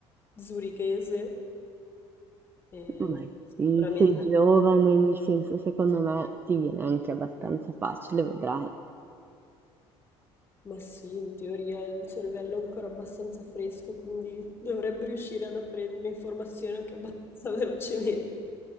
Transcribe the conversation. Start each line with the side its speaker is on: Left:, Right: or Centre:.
Left: zurichese e
Right: Ma
Left: sicuramente
Right: sì, sei giovane, nel senso secondo me ti viene anche abbastanza facile, vedrai.
Left: Ma sì, in teoria il cervello è ancora abbastanza fresco, quindi dovrebbe riuscire ad apprendere informazioni anche abbastanza <laughs> velocemente.